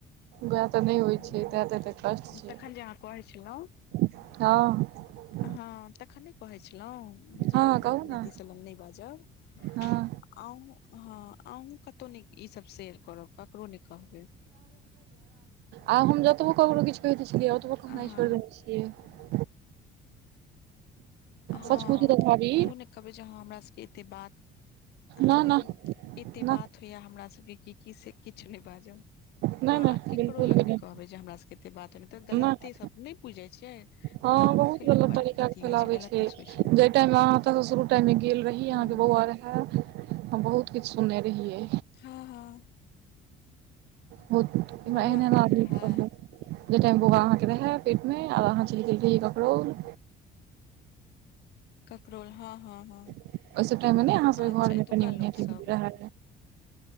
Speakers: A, on the right; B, on the left.
A: वएह तऽ नहि होइ
B: ह
A: छै तैं तऽ एते कष्ट छै
B: तखन जे अहाँ कहै छलहुँ।
A: हँ।
B: हँ तखैन नै कहै छलहुँ जे
A: हँ कहू ने
B: दीदीसँ सब लग नहि बाजब। अहूं
A: हँ
B: ह अहूं कतहु नै इ सब शेयर करब। ककरो नहि कहबै।
A: आब हम जतबो ककरो किछु कहैत छलियै, ओतबो कहनाइ
B: हँ
A: छोड़ि देने छियै।
B: हँ
A: सच पूछू तऽ भाभी
B: इहो ने कहबै जे हमरा सबके एते बात ह
A: ना ना
B: एते
A: न
B: बात होइया हमरा सबके की कि से किछु नहि बाजब।
A: नहि
B: ह आ
A: नहि
B: केकरो
A: बिलकुल
B: लग
A: भी नहि
B: ने कहबै जे हमरा सबके एते बात ह त गलते
A: नहि
B: सब नहि बुझै छियै।
A: हँ
B: गाँव
A: बहुत
B: घरके लोक
A: गलत
B: बड
A: तरीका
B: अथी
A: के फैलाबे
B: होइ गलते
A: छै।
B: सोचि लेत
A: जाहि टाइम अहाँ शुरू टाइम मे गेल रही, अहाँके
B: हूँ
A: बौआ रहै। हम बहुत किछु सुनने रहियै।
B: हँ- हँ।
A: बहुत हमरा
B: बौआ
A: एहेन-एहेन आदमी
B: जे रहै
A: कहलक। जे टाइम बोआा अहाँके रहै पेट में, आ अहाँ चएल गेल रहियै ककड़ोल।
B: कपड़ोल हँ- हँ -हँ।
A: ओहिसभ टाइम में नहि अहाँ सबके
B: अच्छा
A: घर
B: एतुका
A: में कनि-
B: लोक
A: मनि अथी
B: सब
A: रहै।